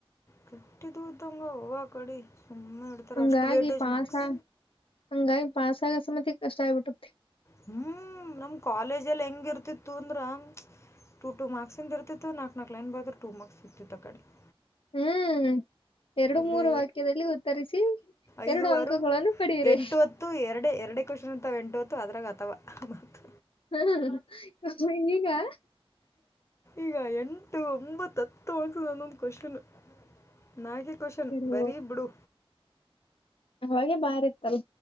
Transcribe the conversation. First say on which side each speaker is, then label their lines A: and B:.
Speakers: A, on the left; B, on the left.
A: ಹ ಮಟ್ಟಿ ದೂಧ ದಂಗ ಹಾಗ ಕಡಿ ಸುಮ್ಮನೆ ಇಡ್ತಾರೆ
B: ಹಂಗಾಗಿ
A: ಅಷ್ಟು ವೇಟೇಜ್
B: ಪಾಸ್
A: ಮಾರ್ಕ್ಸ್
B: ಆ ಹಂಗಾಗಿ ಪಾಸ್ ಆಗೋ ಸಮೇತಿ ಕಷ್ಟ ಆಗಬಿಟ್ಟತ್ತತಿ
A: ಹ್ಮ್ ನಮ್ ಕಾಲೇಜಲ್ಲಿ ಹೆಂಗ ಇರ್ತಿತ್ತು ಅಂದ್ರ ಟ ಟ ಮಾರ್ಕ್ಸಿಂದ ಬರ್ತಿತ್ತು ನಾಕ ನಲ್ಕಕ್ ಲೈನ್ ಬರ್ ಟು ಮಾರ್ಕ್ ಸಿಗ್ತಿತ್ತು ಕಡೆ <inaudible>
B: ಹ್ಮ್ ಎರಡು
A: ಇಲ್ಲಿ
B: ಮೂರು ವಾಕ್ಯದಲ್ಲಿ ಉತ್ತರಿಸಿ
A: ಐದ
B: ಎರಡು ಅಂಕಗಳನ್ನು
A: ಆಾರ
B: ಪಡೆಯಿರಿ
A: ಎಂಟ ಹೊತ್ತು ಎರಡೆ ಎರಡೆ ಕ್ವಶನ್ ಇರ್ತಾವ ಎಂಟು ಹೊತ್ತು ಅದ್ರಾಗ ಆತ ತವಾ ಮತ್ತು
B: ಹ ಕಮ್ಮಗ ನೀನಾ
A: ಈಗ ಎಂಟು ಒಂಬತ್ತು ಹತ್ತು ಮಾರ್ಕ್ಸ್ ಒಂದು ಒಂದು ಕುಶನ್ ನಾಗೆ ಕವಷನ್
B: ಇದು
A: ಬರೀ ಬಿಡು
B: ಅವಾಗೆ ಬಾರಿ ಇತ್ತಲ್